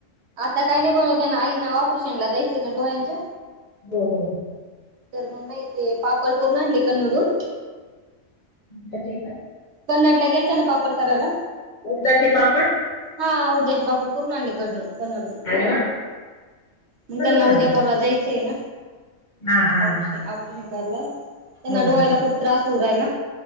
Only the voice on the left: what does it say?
हो- हो
खचेय का
उडदाचे पापड
अरे वा
बरं
झालं
मग.
हा हा
हा
हो
हो